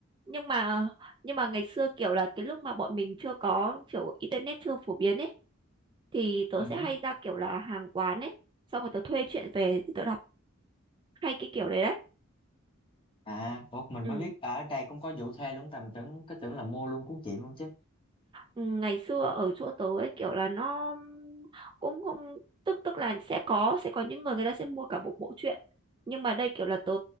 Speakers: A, on the right (about 20°); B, on the left (about 25°).
A: nhưng mà nhưng mà ngày xưa kiểu là cái lúc mà bọn mình chưa có kiểu internet chưa phổ biến ấy thì tớ
B: ừ.
A: sẽ hay ra kiểu là hàng quán ấy xong rồi tớ thuê truyện về thì tớ đọc hay cái kiểu đấy đấy
B: À, một mình
A: ừ
B: mới biết ở đây cũng có vụ thuê luôn tầm tưởng cứ tưởng là mua luôn cuốn chuyện luôn chứ.
A: Ừ, ngày xưa ở chỗ tớ ấy kiểu là nó cũng không tức tức là sẽ có sẽ có những người người ta sẽ mua cả một bộ truyện nhưng mà đây kiểu là tớ